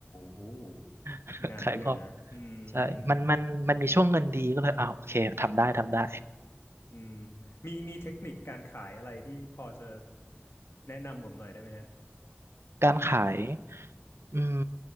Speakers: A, on the left; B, on the right.
A: โอ้นานกันนะอืมอืม
B: <laughs> ขายของใช่มันมันมันมีช่วงเงินดีก็เลยอ้าวโอเคทำได้ทำได้
A: อืมมีมีเทคนิคการขายอะไรที่พอจะแนะนำผมหน่อยได้ไหมฮะ
B: การขายอืม